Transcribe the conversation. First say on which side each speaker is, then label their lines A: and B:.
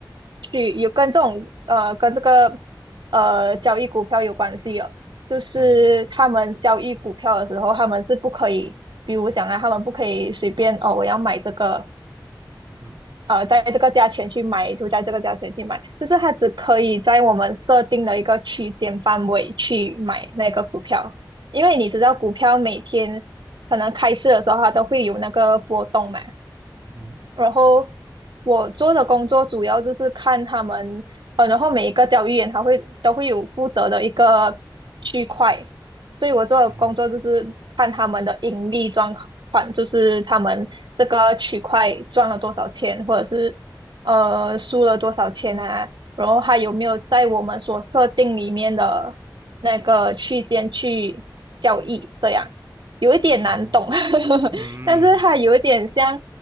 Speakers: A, on the right (about 80°); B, on the right (about 35°).
A: 去有跟这种呃，跟这个呃交易股票有关系哦。就是他们交易股票的时候，
B: 嗯
A: 他们是不可以，比如讲啊，他们不可以随便哦，我要买这个。
B: 嗯哼
A: 呃，在这个价钱去买，就在这个价钱去买，就是它只可以在我们设定的一个区间范围去买那个股票，因为你知道股票每天可能开市的时候它都会有那个波动嘛，
B: 嗯
A: 然后我做的工作主要就是看他们，呃，然后每一个交易员他会都会有负责的一个区块，所以我做的工作就是看他们的盈利状况，
B: 嗯
A: 就是他们这个区块赚了多少钱，或者是呃输了多少钱啊，
B: 嗯
A: 然后还有没有在我们所设定里面的那个区间去交易，这样有一点难懂，
B: 哦，
A: <laughs>
B: 嗯
A: 但是它有一点像。